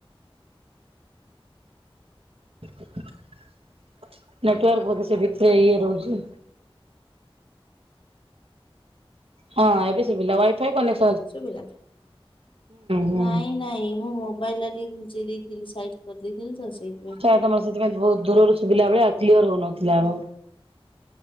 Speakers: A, on the right; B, on the left.
A: ନେଟୱାର୍କ ବୋଧେ ସେ ଭିତ୍ରେ ଇଏ ରହୁଛି। ହଁ ଏବେ ସୁଭିଲା ୱାଇଫାଇ କନେକ୍ସ
B: ଶୁଭିଲା
A: ହୁଁ
B: ନାଇଁ-ନାଇଁ ମୁଁ ମୋବାଇଲରେ ଟିକେ ଘୁଞ୍ଚେଇ ଦେଇଥିଲି ସାଇଡ୍ କରିଦେଇଥିଲି ତ ସେଇଥି
A: ପ୍ରାୟ ତମର ସେଥିପାଇଁ ବହୁତ ଦୂରରୁ ଶୁଭିଲା ଭଳିଆ କ୍ଲିୟର ହଉନଥିଲା ଆଉ।